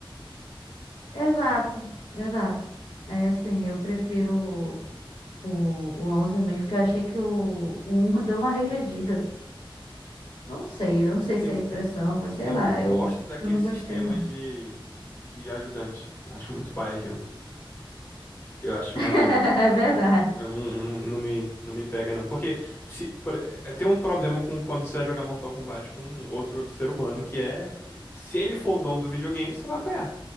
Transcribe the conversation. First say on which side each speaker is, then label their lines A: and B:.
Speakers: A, on the left; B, on the left.
A: Exato, exato. É assim, eu prefiro. O, o 11 mesmo, porque eu achei que o, o 1 deu uma regredida. Não sei, eu não sei se
B: Eu,
A: é impressão, mas sei
B: eu
A: lá,
B: não gosto
A: eu,
B: daquele
A: eu não
B: sistema
A: gostei não.
B: de, de ajudante. Acho muito pai aquilo. Eu acho
A: <laughs>
B: mais legal.
A: É verdade,
B: Ah, Eu não, não, não me, não me pega, não. Porque se, por- eh, tem um problema com quando você vai jogar Mortal Kombat com um outro ser humano, que é, se ele for o dono do videogame, você vai apanhar.